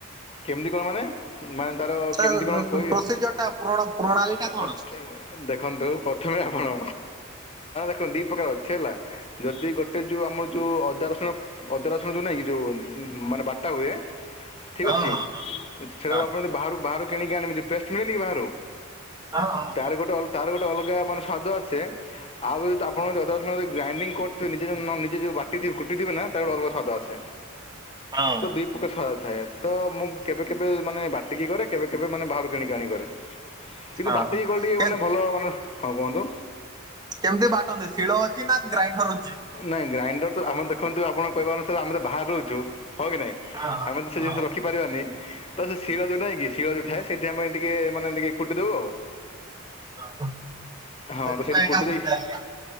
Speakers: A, on the left; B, on the right.
A: କେମିତି କଣ ମାନେ? ମାନେ ତାର
B: ତା
A: କେମିତି କଣ କହିବି
B: ପ୍ରୋସିଜର ଟା ପ୍ରଣାଳୀ ଟା
A: ଅ
B: କଣ?
A: ଠି <unintelligible> ଦେଖନ୍ତୁ ପ୍ରଥମେ ଆପଣ <unintelligible> ଦି ପ୍ରକାର ଅଛି ହେଲା ଯଦି ଗୋଟେ ଯୋଉ ଆମର ଯୋଉ ଅଦା ରସୁଣ ଅଦା ରସୁଣ ଯୋଉ ନାଇଁ କି ଯୋଉ ଉଁ ହୁଁ ମାନେ ବାଟା ହୁଏ। ଠିକ୍
B: ହଁ
A: ଅଛି
B: ହଁ
A: ସେଟାକୁ
B: ହଁ
A: ଆପଣ ଯଦି ବାହାରୁ ବାହାରୁ କିଣିକି ଆଣିବେ ଯୋଉ ପେଷ୍ଟ ମିଳେନି କି ବାହାରୁ।
B: ଅଁ ହଁ।
A: ତାର ଗୋଟେ ଅଲ୍ ତାର ଗୋଟେ ଅଲଗା ମାନେ ସ୍ବାଦ ଆସେ ଆଉ ଯଦି ତ ଆପଣ ଯଦି ଅଦା ରସୁଣ ଦେଇକି ଗ୍ରାଇଣ୍ଡିଙ୍ଗ କରୁ ତ ନିଜେ ନ ନିଜେ ଯୋଉ ବାଟିିଥିବେ କୁଟିଥିବେ ନା ତାର ଗୋଟେ ଅଲଗା ସ୍ୱାଦ ଆସେ
B: ହଁ ହଁ।
A: ତ ଦି ପ୍ରକାର ସ୍ୱାଦ ଥାଏ ତ ମୁଁ କେବେ କେବେ ମାନେ ବାଟିକି କରେ କେବେ କେବେ ମାନେ ବାହାରୁ କିଣିକି ଆଣି କରେ। କିନ୍ତୁ
B: ହଁ
A: ବାଟିକି
B: ହଁ
A: କଲେ ଟିକ
B: କେ
A: ମାନେ ଭଲ ମାନେ ହଁ କୁହନ୍ତୁ।
B: କେମିତି ବାଟନ୍ତି ଶିଳ ଅଛି ନା ଗ୍ରାଇଣ୍ଡର ଅଛି?
A: ନାଇଁ ଗ୍ରାଇଣ୍ଡର ତ ଆମର ଦେଖନ୍ତୁ ଆପଣ କହିବା ଅନୁସାରେ ଆମେ ତ ବାହାରେ ରହୁଛୁ ହଁ କି ନାଇଁ?
B: ହଁ
A: ଆମେ ତ ସେ
B: ହଁ
A: ଜିନିଷ ରଖିପାରିବାନି। ତ ସେ ଶିଳ ଯୋଉ ନାଇଁ କି ଶିଳ ଯୋଉ ଥାଏ ସେଇଥିରେ ଆମେ ଟିକେ ମାନେ ଟିକେ କୁଟିଦବୁ ଆଉ।
B: ହଁ।
A: ହଁ
B: ସେଥିପାଇଁ
A: ତ ସେଇଟି
B: ଏକା
A: କୁଟି ଦେଇକି
B: ପଚାରିଲି